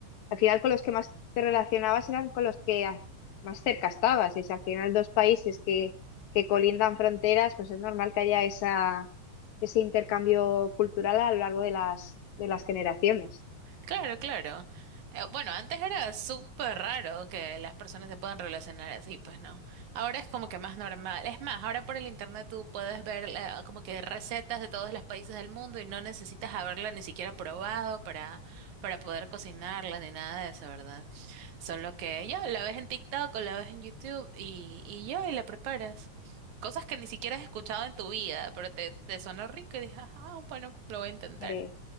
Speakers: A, on the left (about 75°); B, on the right (about 75°).
A: al final con los que más te relacionabas eran con los que ah, más cerca estabas. Y si al final dos países que, que colindan fronteras, pues es normal que haya esa, ese intercambio cultural a lo largo de las, de las generaciones.
B: Claro, claro. Eh, bueno, antes era súper raro que las personas se puedan relacionar así, pues no. Ahora es como que más normal. Es más, ahora por el internet tú puedes ver eh, como que recetas de todos los países del mundo y no necesitas haberla ni siquiera probado para, para poder cocinarla ni nada de eso, ¿verdad? Solo que ya la ves en TikTok o la ves en YouTube y, y ya, y la preparas. Cosas que ni siquiera has escuchado en tu vida, pero te, te sonó rico y dices, ah, bueno, lo voy a intentar.
A: Eh,